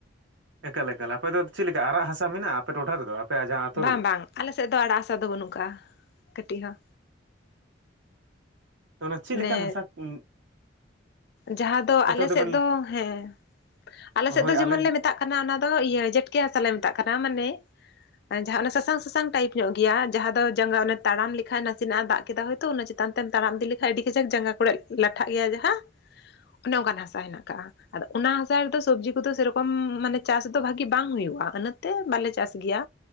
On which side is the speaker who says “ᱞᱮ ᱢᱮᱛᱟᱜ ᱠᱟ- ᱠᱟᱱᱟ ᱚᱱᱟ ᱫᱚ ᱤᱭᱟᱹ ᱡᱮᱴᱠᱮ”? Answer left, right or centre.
Left